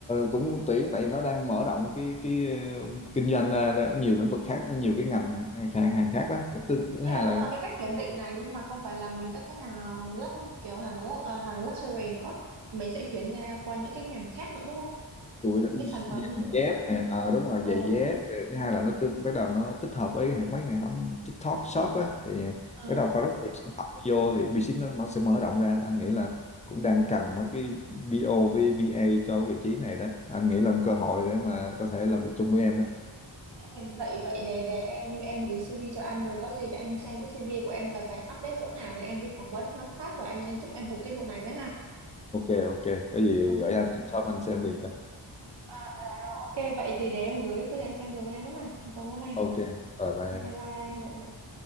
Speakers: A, on the left; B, on the right.
A: cũng tuyển tại vì nó đang mở rộng cái cái ờ, kinh doanh ra, ra nhiều lĩnh vực khác nhiều cái ngành hàng, hàng khác đó thứ, thứ
B: Đây
A: hai
B: là
A: là
B: cũng là cái cách kiểm định này nhưng mà không phải là mình cất cái hàng gốc kiểu hàng gốc à, hàng luxury nữa mình sẽ chuyển ra qua những cái ngành khác nữa đúng không
A: chuỗi đó,
B: những cái sản phẩm những
A: giày
B: loại
A: dép
B: khác nữa
A: nè à, đúng rồi
B: ờ,
A: giày dép rồi thứ hai là nó tương, bắt đầu nó tích hợp với hệ- mấy hệ thống TikTok Shop á thì
B: ờ,
A: bắt đầu có rất nhiều sản phẩm vô thì business nó, nó sẽ mở rộng ra anh nghĩ là cũng đang cần mấy cái BO với BA cho vị trí này đó anh nghĩ là một cơ hội để mà có thể làm việc chung với em đó
B: em- vậy vậy để để em em gửi CV cho anh rồi có gì cho anh xem cái CV của em cần phải update chỗ nào để em đi phỏng vấn cho nó phát rồi anh anh giúp em vụ cái vụ này với ha
A: ok ok có gì
B: ờ.
A: gửi anh anh shop anh xem liền cho
B: à, à, rồi ok vậy thì để em gửi cứ cho anh xem dùm em với ha cảm ơn anh
A: ok rồi bye
B: ok
A: em.
B: bye anh Dạ, dạ.